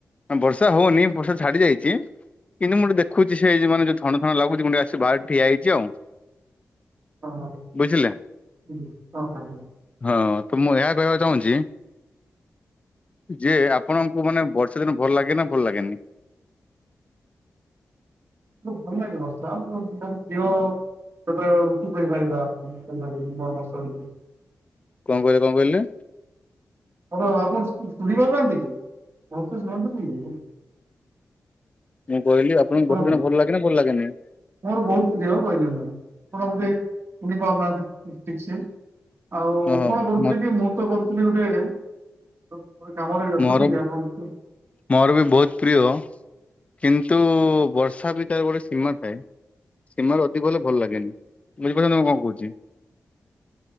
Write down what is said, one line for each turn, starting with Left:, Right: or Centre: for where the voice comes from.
Left: ଆ ବର୍ଷା ହୋଉନି ବର୍ଷା ଛାଡିଯାଇଛି କିନ୍ତୁ ମୁଁ ଟେ ଦେଖୁଛି ସେ ଯୋଉ ମାନେ ଥଣ୍ଡା ଥଣ୍ଡା ଲାଗୁଛି ମୁଁ ଟିକେ ଆସିକି ବାହାରେ ଠିଆ ହେଇଛି ଆଉ।
Right: ହଁ ହଁ
Left: ବୁଝିଲେ।
Right: ହୁଁ ହଁ ହଁ।
Left: ହଁ ତ ମୁଁ ଏୟା କଇବାକୁ ଚାହୁଁଛି ଯେ ଆପ୍ ଆପଣଙ୍କୁ ମାନେ ବର୍ଷା ଦିନ ଭଲ୍ ଲାଗେ ନା ଭଲ୍ ଲାଗେନି?
Right: ମତେ ଭଲ୍ ନାଗେ ବର୍ଷା ମୋ ତା ହେଲେ ଦେଓ ସେତେବେଳେ ଉଠି ପାଇ ପାରିବା ପୁଣି କାଲି ଠାରୁ ବି ନୂଆ ବର୍ଷା ହୋଉଛି।
Left: କଅଁ କଇଲେ କଅଁ କଇଲେ?
Right: <unintelligible> ଆପଣ ଶୁଣ୍ ଶୁଣି ପାରୁନାହାନ୍ତି କି ଭଲ୍ସେ ଶୁଣନ୍ତୁ ଟିକେ ଉ
Left: ମୁଁ କଇଲି ଆପଙ୍କୁ
Right: କୁହନ୍ତୁ
Left: ବର୍ଷା ଦିନ ଭଲ୍ ଲାଗେ ନା ଭଲ୍ ଲାଗେନି?
Right: ମୋର ବହୁତ୍ ପ୍ରିୟ ବଇଲେସନ୍ ଆପଣ ବୋଧେ ବୋଧେ କମ୍ ନା ମ୍ୟୁଜିକ୍ସିଆନ। ଆଉ
Left: ଓହୋ
Right: କଣ କରୁଥିଲି
Left: ମ
Right: କି ମୁଁ ତ କରୁଥିଲି ଗୋଟେ ଗୋ ଗୋଟେ କାମରେ ବ୍ୟସ୍ତ
Left: ମୋର
Right: ଥିଲି ଆପଣ ସେଠୁ
Left: ମୋର ବି ବହୁତ୍ ପ୍ରିୟ କିନ୍ତୁ ବର୍ଷା ବି କାଆକୁ ଗୋଟେ ସୀମା ଥାଏ। ସୀମା ରୁ ଅଧିକ ହେଲେ ଭଲ୍ ଲାଗେନି ବୁଝିପାରୁଚନ୍ତି ମୁଁ କଣ କୋଉଚି।